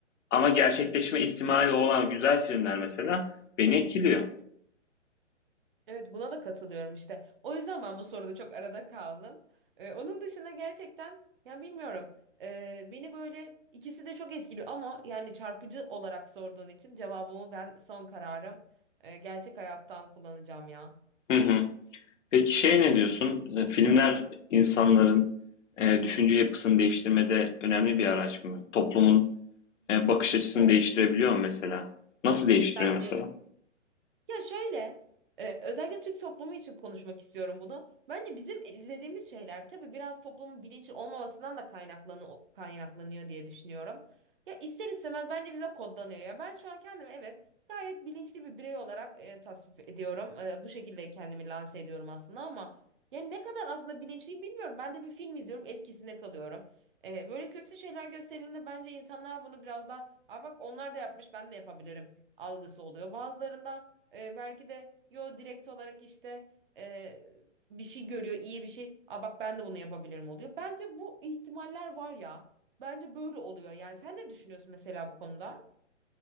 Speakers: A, on the left; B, on the right.
A: Ama gerçekleşme ihtimali olan güzel filmler mesela beni etkiliyor.
B: Evet, buna da katılıyorum işte. O yüzden ben bu soruda çok arada kaldım. E, onun dışında gerçekten yani bilmiyorum. E, beni böyle ikisi de çok etkiliyor ama yani çarpıcı olarak sorduğun için cevabımı ben son kararım e, gerçek hayattan kullanacağım ya.
A: Hı hı. Peki şey ne diyorsun? E, Filmler insanların e, düşünce yapısını değiştirmede önemli bir araç mı? Toplumun e, bakış açısını
B: Sol.
A: değiştirebiliyor mu mesela? Nasıl değiştiriyor
B: Bence
A: mesela?
B: Ya şöyle, e, özellikle Türk toplumu için konuşmak istiyorum bunu. Bence bizim izlediğimiz şeyler tabii biraz toplumun bilinçli olmamasından da kaynaklanı kaynaklanıyor diye düşünüyorum. Ya ister istemez bence bize kodlanıyor. Ya ben şu an kendimi evet gayet bilinçli bir birey olarak e, tasvip ediyorum. E, bu şekilde kendimi lanse ediyorum aslında ama yani ne kadar aslında bilinçliyim bilmiyorum. Ben de bir film izliyorum, etkisinde kalıyorum. E, böyle kötü şeyler gösterildiğinde bence insanlar bunu biraz daha, Aa, bak onlar da yapmış ben de yapabilirim algısı oluyor. Bazılarında e, belki de yo direkt olarak işte e, bir şey görüyor, iyi bir şey. Aa bak ben de bunu yapabilirim oluyor. Bence bu ihtimaller var ya. Bence böyle oluyor. Yani sen ne düşünüyorsun mesela bu konuda?